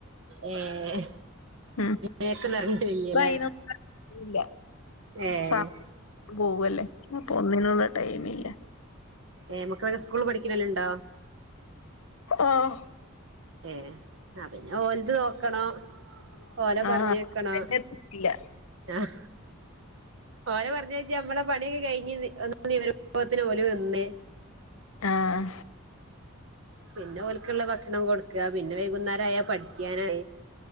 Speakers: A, on the right; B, on the left.
A: ഏഹ്.
B: ഉം
A: മേക്കൊന്നും ഇറങ്ങലില്ലല്ലേ
B: ഇപ്പയ്നൊക്കെ ഇല്ല
A: ഏഹ്
B: സ പോവല്ലേ അപ്പ ഒന്നിനുള്ള ടൈമില്ല.
A: ഏ മക്കളൊക്കെ സ്കൂൾ പഠിക്കുന്നോല് ഇണ്ടോ?
B: ആഹ്.
A: ഏഹ് ആ പിന്നെ ഓൽത് ഓക്കണം ഓലെ പർഞ്ഞയക്കണോ.
B: ആഹ് അതന്നെ എത്തില്ല
A: ആഹ്. ഓലെ പർഞ്ഞയ്ച്ച് നമ്മളെ പണിയൊക്കെ കഴിഞ്ഞ് ഒന്ന് നിവരുംമ്പോത്തിന് ഓല് വെന്ന്.
B: ആഹ്.
A: പിന്നെ ഓല്ക്കുള്ള ഭക്ഷണം കൊടുക്കുക പിന്നെ വൈകുന്നേരയാൽ പഠിക്കാനായി